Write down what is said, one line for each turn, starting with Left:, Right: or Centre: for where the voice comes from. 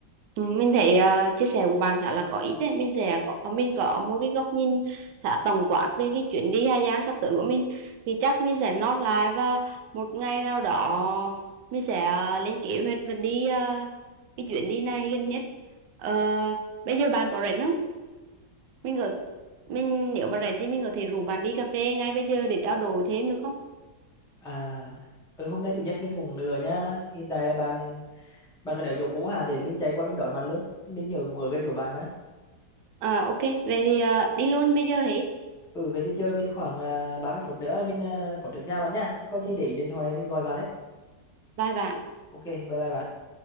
Right: ừ, Mình thấy ờ, chia sẻ của bạn khá là có ích đấy. Mình sẽ có mình có một cái góc nhìn khá tổng quát về cái chuyến đi khai Giang sắp tới của mình. Thì chắc mình sẽ note lại và một ngày nào đó mình sẽ ờ, lên kế hoạch và đi ờ, cái chuyến đi này gần nhất. Ờ, bây giờ bạn có rảnh không? Mình có mình nếu mà rảnh thì mình có thể rủ bạn đi cà phê ngay bây giờ để trao đổi thêm được không?
Centre: à ừ, hôm nay chủ nhật mình cũng ở nhà mà hiện tại là bạn bạn vẫn ở chỗ cũ hả để mình chạy qua mình đón bạn luôn mình ở cũng ở gần chỗ bạn mà
Right: À, ok, vậy thì à, đi luôn bây giờ hỉ,
Centre: ừ về thì chơi mình khoảng à, 30 phút nữa mình à, có trước nhà bạn nha có gì để ý điện thoại mình gọi bạn ấy
Right: Bye bye.
Centre: ok bye bye bạn